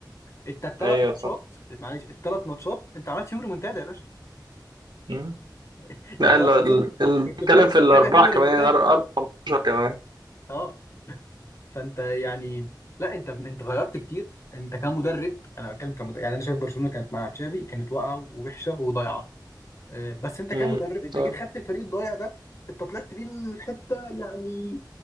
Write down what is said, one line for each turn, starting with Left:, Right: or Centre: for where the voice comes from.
Left: انت الثلاث
Right: أيوه
Left: ماتشات
Right: صح
Left: معلش الثلاث ماتشات انت عملت فيهم ريمونتادا يا باشا
Right: مم.
Left: يعني
Right: لا
Left: الثلاث
Right: ال- ال-
Left: ماتشات
Right: ال-
Left: كنت
Right: بتتكلم
Left: بتخسر
Right: في الأربعة
Left: وترجع تعمل
Right: كمان
Left: ريمونتادا
Right: أر- أربعة 15 كمان
Left: اه فانت يعني لا انت انت غيرت كتير انت كمدرب انا بتكلم كمدرب يعني انا شايف برشلونه كانت مع تشافي كانت واقعه ووحشه وضايعه آه، بس انت
Right: مم.
Left: كمدرب انت
Right: صح
Left: جيت خدت الفريق الضايع ده انت طلعت بيه الحته يعني